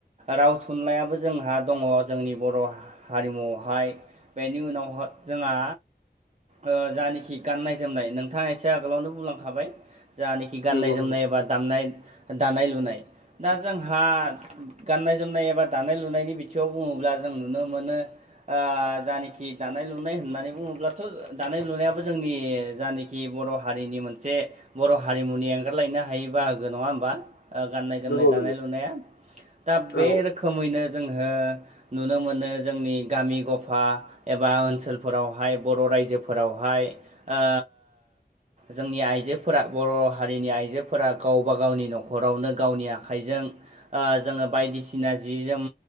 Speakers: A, on the right; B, on the left.
A: राव थुनलाइाबो जोंहा दङ जोंनि बर' हारिमुआवहाय। बेनि उनाव ह जोंहा ओ जानोखि गाननाय जोमनाय नोंथाङा एसे आगोलावनो बुंलांखाबाय जानोखि गाननाय
B: नंगौ
A: जोमनाय एबा दामनाय दानाय लुनाय दा जोंहा गाननाय जोमनाय एबा दानाय लुनायनि बिथिङाव बुङोब्ला जों नुनो मोनो ओ जानोखि दानाय लुनाय होननानै बुङोब्लाथ' दानाय लुनायाबो जोंनि जानोखि बर' हारिनि मोनसे बर' हारिमुनि एंगारलायनो हायै बाहागो नङा होमबा? ओ गाननाय जोमनाय
B: नंगौ नंगौ
A: दानाय लुनाया। दा बे
B: औ
A: रोखोमैनो जोंहो नुनो मोनो जोंनि गामि गफा एबा ओनसोलफोरावहाय बर' रायजो फोरावहाय ओ जोंनि आइजोफोरा बर' हारिनि आइजोफोरा गावबा गावनि न'खरावनो गावनि आखाइजों ओ जोङो बायदिसिना जि जोम